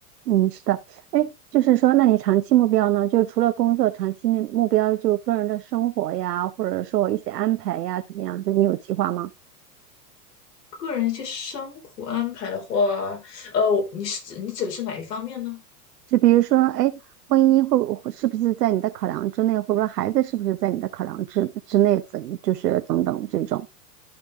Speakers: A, on the right; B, on the left.
A: 嗯，是的，哎，就是说，那你长期目标呢？就是除了工作，长期目目标就是个人的生活呀，或者说一些安排呀，怎么样？就你有计划吗？
B: 个人一些生活安排的话，呃，你是指你指的是哪一方面呢？
A: 就比如说，哎，婚姻会会是不是在你的考量之内，或者说孩子是不是在你的考量之之内，怎就是等等这种，